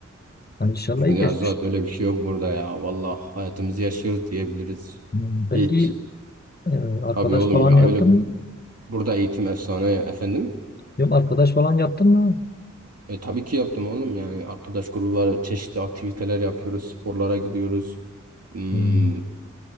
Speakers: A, on the left (about 30°); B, on the right (about 50°).
A: Hani inşallah iyi
B: Ya
A: geçmiştir.
B: zaten öyle bir şey yok burada ya. Vallahi hayatımızı yaşıyoruz diyebiliriz.
A: Hmm, Peki
B: Hiç.
A: e, arkadaş
B: Tabii oğlum
A: falan
B: ya
A: yaptın
B: öyle
A: mı?
B: bu- burada eğitim efsane ya. efendim.
A: Yok arkadaş falan yaptın mı?
B: E tabii ki yaptım oğlum yani arkadaş grubu var çeşitli aktiviteler yapıyoruz sporlara gidiyoruz. Hmm,
A: Hmm.